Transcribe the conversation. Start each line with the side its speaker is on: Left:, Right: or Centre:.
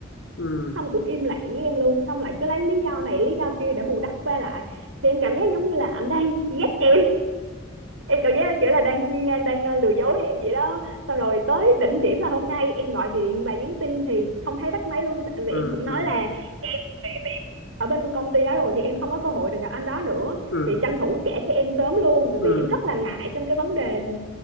Left: ừ
Right: xong cũng im lặng với em luôn xong lại cứ lấy lý do này lý do kia để bù đắp qua lại thì em cảm giác giống như là anh đang ghét em em cảm giác là kiểu là đang đang ờ, lừa dối em vậy đó xong rồi tới đỉnh điểm là hôm nay em gọi điện và nhắn tin thì không thấy bắt máy luôn tại vì
Left: ừ
Right: em cũng
Left: ừ
Right: nói là em nghỉ việc ở bên công ty đó rồi thì em không có cơ hội được gặp anh đó nữa
Left: ừ
Right: thì tranh thủ trả cho em sớm luôn bởi
Left: ừ
Right: vì em rất là ngại trong cái vấn đề ừ,